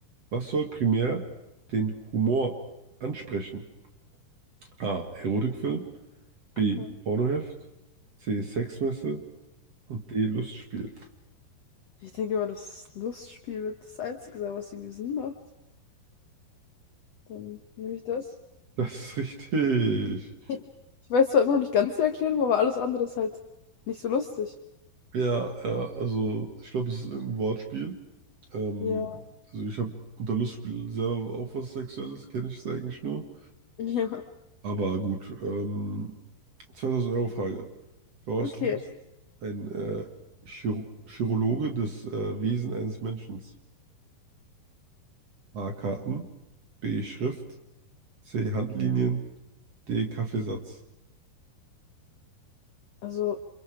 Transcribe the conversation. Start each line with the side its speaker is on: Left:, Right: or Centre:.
Right: Was soll primär den Humor ansprechen? A. Erotikfilm. B.
Left: Hm.
Right: Pornoheft. C. Sexmesse. Und D. Lustspiel.
Left: Ich denke mal, das Lustspiel wird das Einzige sein, was irgendwie Sinn macht. Dann nehme ich das.
Right: Das ist richtig.
Left: <laughs> Ich weiß zwar immer noch nicht ganz die Erklärung, aber alles andere ist halt nicht so lustig.
Right: Ja, ja, also ich glaube, es ist irgendein Wortspiel. Ähm,
Left: Ja,
Right: also ich habe unter Lustspiel selber auch was Sexuelles, kenne ich es eigentlich nur.
Left: ja,
Right: Aber gut, ähm, 2000 Euro Frage. Woraus
Left: okay.
Right: liest ein äh, Chiro Chirologe das äh, Wesen eines Menschen? A. Karten, B. Schrift, C. Handlinien, D. Kaffeesatz.
Left: Also,